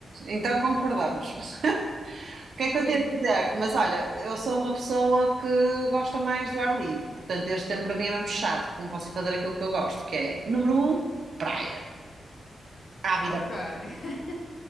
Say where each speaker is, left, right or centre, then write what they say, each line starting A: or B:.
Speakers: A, on the right; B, on the left.
A: Então concordamos. <laughs> O que é que
B: Sim,
A: eu tenho a dizer? Mas olha, eu sou uma pessoa que gosta mais do ar livre, portanto, este tempo para mim é mesmo chato, porque não posso ir fazer aquilo que eu gosto, que é, número um, praia. Ávida,
B: ok, <laughs>